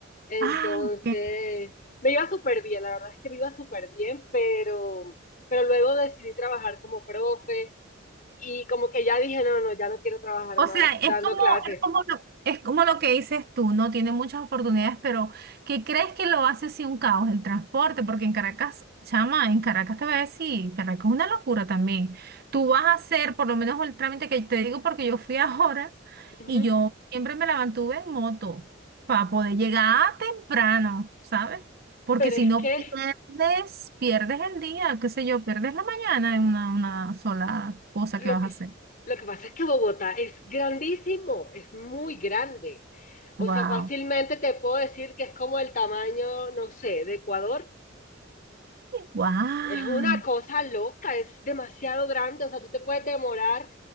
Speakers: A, on the left; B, on the right.
A: Entonces,
B: Ah, ok.
A: me iba súper bien, la verdad es que me iba súper bien, pero, pero luego decidí trabajar como profe y como que ya dije, no, no, ya no quiero trabajar
B: O
A: más
B: sea,
A: dando
B: es como,
A: clases.
B: es como lo, es como lo que dices tú, no tiene muchas oportunidades, pero ¿qué crees que lo hace si un caos el transporte? Porque en Caracas, chama, en Caracas te voy a decir, Caracas es una locura también. Tú vas a hacer, por lo menos el trámite que te digo, porque yo fui <laughs> ahora
A: Ujú,
B: y yo siempre me la mantuve en moto para poder llegar temprano, ¿sabes? Porque
A: Pero
B: si
A: es
B: no
A: que
B: pierdes, pierdes el día, qué sé yo, pierdes la mañana en una, una sola cosa
A: lo
B: que vas
A: que,
B: a hacer.
A: lo que pasa es que Bogotá es grandísimo, es muy grande. O
B: Wow.
A: sea, fácilmente te puedo decir que es como el tamaño, no sé, de Ecuador
B: ¡Wow!
A: Es una cosa loca, es demasiado grande, o sea, tú te puedes demorar